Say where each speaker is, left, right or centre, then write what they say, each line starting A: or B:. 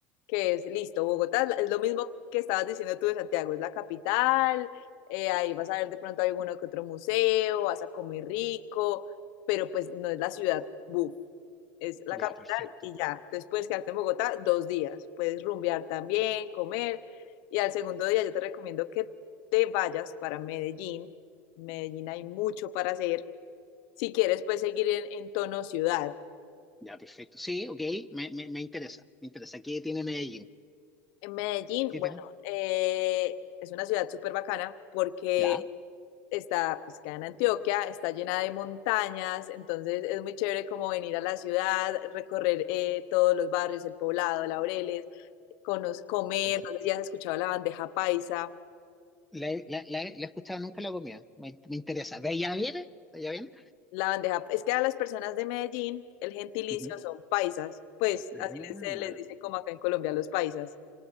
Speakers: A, on the left; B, in the centre.
A: que es listo, Bogotá es lo mismo que estabas diciendo tú de Santiago, es la capital, eh, ahí vas a ver de pronto alguno que otro museo, vas a comer rico, pero pues no es la ciudad, buf, es la
B: Ya,
A: capital
B: perfecto.
A: y ya. Entonces puedes quedarte en Bogotá dos días, puedes rumbear también, comer, y al segundo día yo te recomiendo que te vayas para Medellín. En Medellín hay mucho para hacer. Si quieres, puedes seguir en, en tono ciudad,
B: Ya, perfecto. Sí, ok, me, me, me interesa, me interesa. ¿Qué tiene Medellín?
A: En Medellín,
B: ¿Qué
A: bueno,
B: tiene?
A: eh, es una ciudad súper bacana porque
B: Ya,
A: está, pues queda en Antioquia, está llena de montañas, entonces es muy chévere como venir a la ciudad, recorrer eh, todos los barrios, el Poblado, Laureles, cono- comer,
B: puede ser.
A: no sé si has escuchado la bandeja paisa.
B: La, he- la, la he la he escuchado, nunca la comía. Me, me interesa. ¿De allá viene? ¿De allá viene?
A: La bandeja, es que a las personas de Medellín el gentilicio
B: Ujú.
A: son paisas, pues
B: Ah,
A: así les, se les dice como acá en Colombia los paisas.